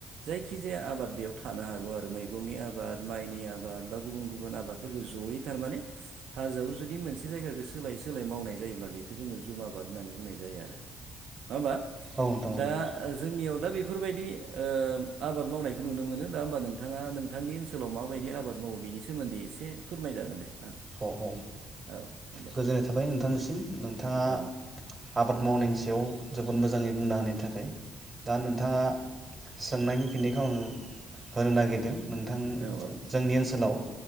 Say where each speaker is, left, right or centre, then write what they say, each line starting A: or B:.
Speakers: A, on the right (about 75°); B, on the right (about 25°).
A: जायखिजाया आबाद बेयाव थानो हागौ आरो मैगंनि आबाद माइनि आबाद बा गुबुन गुब गुबुन आबादफोरखौ जयै थारमाने हाजोआव जुदि मोनसे जायगाखौ सोलायै सोलाय मावनाय जायोब्ला बेखौ जोङो जुमा बाद होननानै बुंनाय जायो आरो नङा होमबा
B: औ नोंथां औ
A: दा जोंनियाव दा बेफोरबायदि ओ आबाद मावनायखौ नुनो मोनो दा होमबा नोंथाङा नों नोंथांनि ओनसोलाव माबायदि आबाद मावो बेनि सोमोन्दै एसे फोरमायजागोन दे आं
B: औ औ
A: औ दे
B: गोजोननाय थाबाय नोंथांनिसिम नोंथाङा
A: औ
B: आबाद मावनायनि सायाव जोबोद मोजाङै बुंना होनायनि थाखाय दा नोंथाङा सोंनायनि फिननायखौ आङो होनो नागिरदों नोंथां
A: औ
B: जोंनि ओनसोलाव